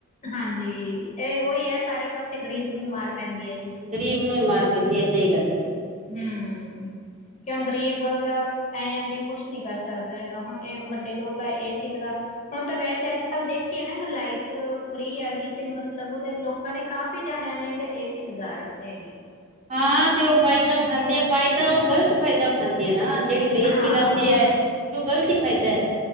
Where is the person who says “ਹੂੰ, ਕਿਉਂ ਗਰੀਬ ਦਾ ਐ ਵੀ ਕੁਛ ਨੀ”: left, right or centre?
Left